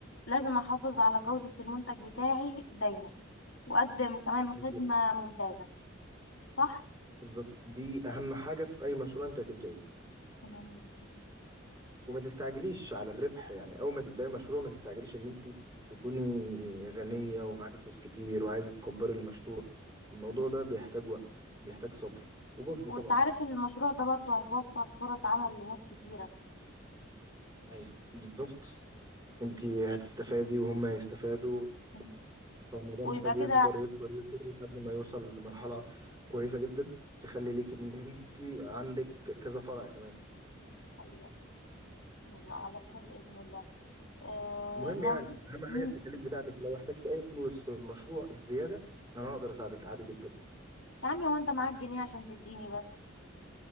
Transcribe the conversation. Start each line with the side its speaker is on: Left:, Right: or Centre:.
Left: لازم احافظ على جودة المنتج بتاعي دايما واقدم كمان
Right: بالظبط
Left: خدمة ممتازة صح
Right: بالظبط دي اهم حاجة في اي مشروع انت هتبدأيه
Left: تمام جدا
Right: وما تستعجليش على الربح يعني اول ما تبداي مشروع ما تستعجليش ان انت تكوني غنية ومعاكي فلوس كتير وعايزة تكبري المشروع الموضوع ده بيحتاج وقت بيحتاج صبر وجهد
Left: وانت
Right: طبعا
Left: عارف المشروع ده برضو هيوفر فرص عمل لناس كتيرة
Right: عايز بالظبط انت هتستفادي وهم هيستفادوا
Left: مم.
Right: فالموضوع
Left: ويبقى
Right: محتاج
Left: كده
Right: يكبر يكبر يكبر لحد ما يوصل لمرحلة كويسة
Left: مم.
Right: جدا تخلي ليك ان انت عندك كذا فرع كمان
Left: حقيقة يلا على خير بإذن الله آه
Right: المهم
Left: ناوي
Right: يعني اهم حاجة
Left: مم.
Right: التكاليف بتاعتك لو احتجت اي فلوس في المشروع زيادة انا اقدر اساعدك عادي جدا
Left: يا عمي وانت معاك جنيه عشان تديني بس